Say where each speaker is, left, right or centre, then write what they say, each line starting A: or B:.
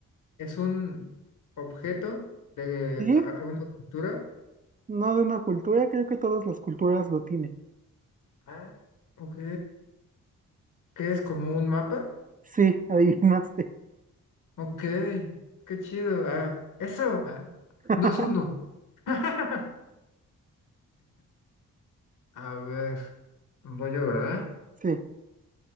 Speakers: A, on the left (about 70°); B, on the right (about 25°).
A: es un objeto de
B: Sí,
A: a- alguna cultura.
B: no de una cultura. Creo que todas las culturas lo tienen.
A: Ah, Ok. ¿Qué es como un mapa?
B: Sí, adivinaste.
A: Ok. Qué chido. Ah, eso. ah.
B: <laughs>
A: 2-1. <laughs> A ver. Voy yo, ¿verdad?
B: Sí.